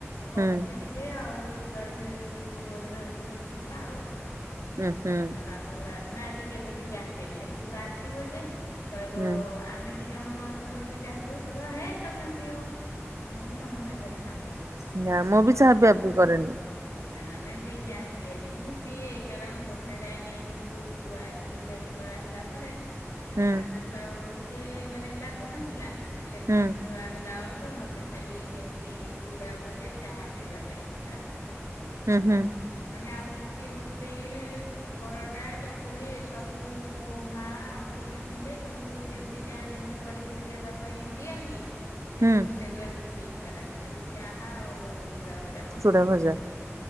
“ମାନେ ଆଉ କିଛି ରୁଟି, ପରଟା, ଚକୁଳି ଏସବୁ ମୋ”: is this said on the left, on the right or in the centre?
Left